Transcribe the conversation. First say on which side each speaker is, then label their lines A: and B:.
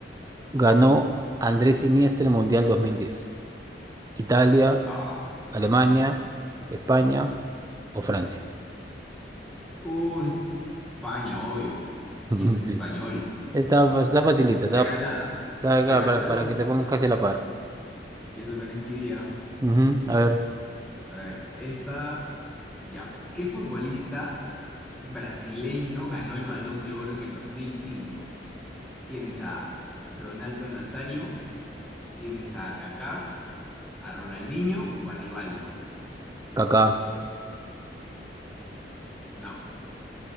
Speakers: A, on the right; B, in the centre.
A: Ganó Andrés Iniesta el Mundial 2010. Italia,
B: Ah.
A: Alemania, España o Francia.
B: Uy, España, obvio. Ni
A: <laughs>
B: este español.
A: Está, fa- está facilita, está,
B: Regalada.
A: fa- está
B: Regalón.
A: acá para, para que te pongas casi a la par.
B: Y eso que no es mi día.
A: Ujú, A ver,
B: A ver, esta. Ya. ¿Qué futbolista brasileño ganó el Balón de Oro en el 2005. Tienes a Ronaldo Nazario, tienes a Kaká, a Ronaldinho o a Rivaldo.
A: Kaká.
B: No,